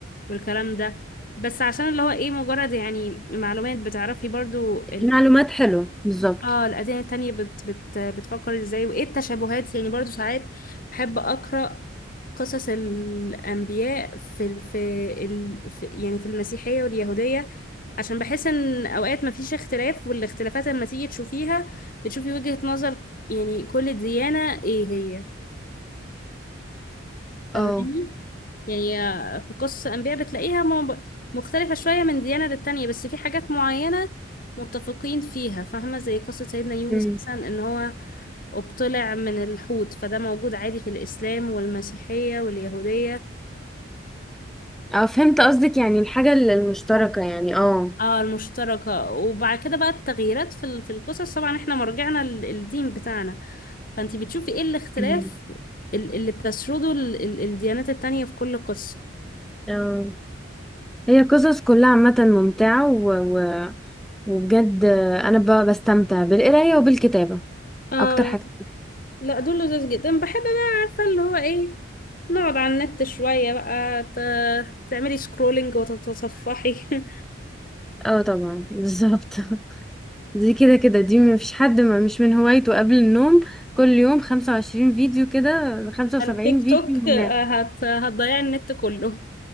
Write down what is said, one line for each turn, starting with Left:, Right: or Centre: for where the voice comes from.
Left: والكلام ده بس عشان اللي هو ايه مجرد يعني معلومات بتعرفي برضو ال...
Centre: معلومات حلوه بالظبط
Left: اه الأديان التانية بت بت بتفكر ازاي وايه التشابهات يعني برضو ساعات بحب أقرأ قصص الأنبياء في ال... في, ال... في يعني في المسيحية واليهودية عشان بحس ان اوقات مفيش اختلاف والاختلافات لما تيجي تشوفيها بتشوفي وجهة نظر يعني كل ديانة ايه هي فاهماني
Centre: اه
Left: يعني في قصص الأنبياء بتلاقيها م- مختلفة شوية من ديانة للتانية بس في حاجات معينة متفقين فيها فاهمة زي قصة سيدنا يونس
Centre: امم
Left: مثلا إن هو ابتلع من الحوت فده موجود عادي في الإسلام والمسيحية واليهودية
Centre: اه فهمت قصدك يعني الحاجه ال- المشتركه يعني اه
Left: اه المشتركة وبعد كده بقى التغييرات في ال- في القصص طبعا احنا مرجعنا ل- الدين بتاعنا فانتي بتشوفي ايه الاختلاف
Centre: أمم.
Left: ال- اللي بتسرده ال- ال- الديانات التانية في كل قصة
Centre: اه هي قصص كلها عامه ممتعه و... و... وبجد انا ب... بستمتع بالقرايه وبالكتابه
Left: اه
Centre: اكتر حاجه
Left: لا دول لذيذ جدا بحب بقى عارفة اللي هو ايه نقعد على النت شوية بقى ت- تعملي سكرولينج وتتصفحي <laughs>
Centre: اه طبعا بالظبط <laughs> دي كده كده دي مفيش حد ما مش من هوايته قبل النوم كل يوم خمسة وعشرين فيديو كده خمسة وسبعين
Left: على التيك
Centre: فيديو
Left: توك آه،
Centre: هناك
Left: هت... هتضيعي النت كله